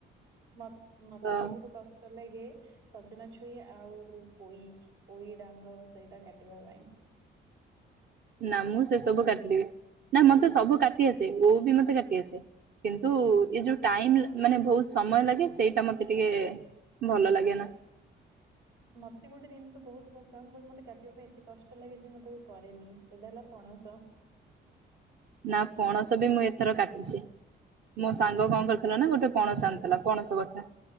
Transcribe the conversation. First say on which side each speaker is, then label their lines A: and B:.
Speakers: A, on the right; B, on the right.
A: ମ ମତେ
B: ତ
A: ସବୁଠୁ କଷ୍ଟ ଲାଗେ ସଜନା ଛୁଇ ଆଉ ପୋଇ ପୋଇ ଡାଙ୍ଗ ସେଇଟା କାଟିବା ପାଇଁ।
B: ନା ମୁଁ ସେ ସବୁ କାଟିଦେବି ନା ମ ତ ସବୁ କାଟି ଆସେ ଓଉ ବି ମତେ କାଟି ଆସେ। କିନ୍ତୁ ଏ ଯୋଉ ଟାଇମ୍ ମାନେ ବହୁତ୍ ସମୟ ଲାଗେ ସେଇଟା ମତେ ଟିକେ ଭଲ ଲାଗେ ନା
A: ମତେ ଗୋଟେ ଜିନିଷ ବହୁତ୍ ପସନ୍ଦ ମତେ କାଟିବା ପାଇଁ ଏତେ କଷ୍ଟ ଲାଗେ ଯେ ମୁଁ ତାକୁ କରେନି ସେଇଟା ହେଲା ପଣସ।
B: ନା ପଣସ ବି ମୁଁ ଏଥର କାଟିଛି ମୋସ ସାଙ୍ଗ କଣ କରିଥିଲା ନା ଗୋଟେ ପଣସ ଆଣିଥିଲା, ପଣସ କଥା